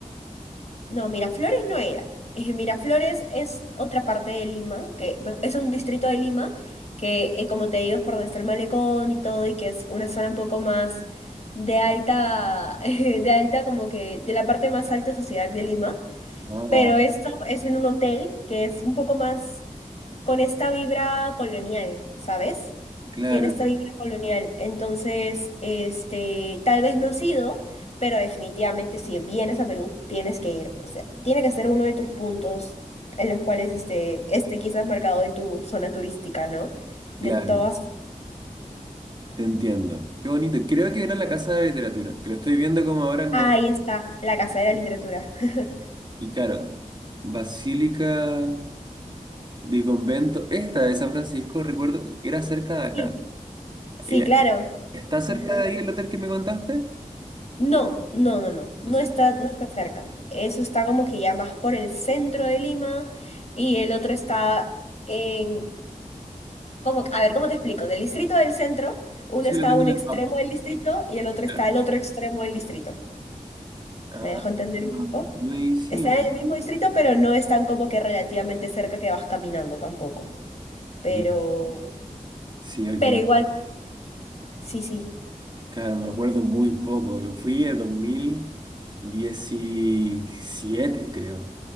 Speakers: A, on the left (about 50°); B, on the right (about 30°).
A: No, Miraflores no era. Eh, Miraflores es otra parte de Lima, que bueno, es un distrito de Lima, que eh, como te digo es por donde está el malecón y todo, y que es una zona un poco más de alta, <laughs> eh, de alta como que de la parte más alta sociedad de Lima.
B: Ah,
A: Pero esto es en un hotel que es un poco más... con esta vibra colonial, ¿sabes?
B: claro,
A: Tiene esta vibra colonial. Entonces, este, tal vez no has ido, pero definitivamente si vienes a Perú, tienes que ir. O sea, tiene que ser uno de tus puntos en los cuales este, este quizás marcado en tu zona turística, ¿no? De
B: claro,
A: todas.
B: te entiendo. Qué bonito. Creo que era la Casa de Literatura, que lo estoy viendo como ahora en
A: Ahí
B: Google.
A: está, la Casa de la Literatura. <laughs>
B: Y claro, Basílica de convento esta de San Francisco, recuerdo, era cerca de acá.
A: Sí, sí,
B: Eh,
A: claro.
B: ¿Está cerca
A: Ajá.
B: de ahí el hotel que me contaste?
A: No, no, no, no, no
B: No sé.
A: está, no está cerca. Eso está como que ya más por el centro de Lima y el otro está en, como, a ver, ¿cómo te explico? Del distrito del centro, uno
B: Sí,
A: está
B: lo tengo
A: a un
B: en
A: extremo
B: el mapa.
A: del distrito y el otro
B: ¿ya?
A: está al otro extremo del distrito.
B: Ah,
A: ¿Me dejo entender
B: buenísimo.
A: un poco? Están en el mismo distrito, pero no están como que relativamente cerca que vas caminando tampoco. Pero,
B: Ya. Sí, el
A: pero
B: que me,
A: igual, sí, sí,
B: claro, me acuerdo muy poco. Lo fui en dos mil diecisiete creo.